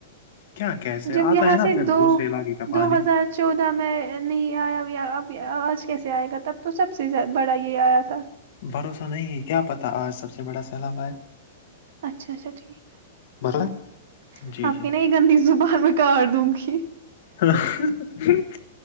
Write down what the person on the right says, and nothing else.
جب یہاں
سے
دو
دو
ہزار چودہ میں نہیں آیا اب آج کیسے آئے گا تب تو سب سےیادہ بڑا یہ آیا تھا-
اچھا- اچھا ٹھیک ہے
آپ
کے نا ایک اندھی زبان میں کاٹ دوں گی-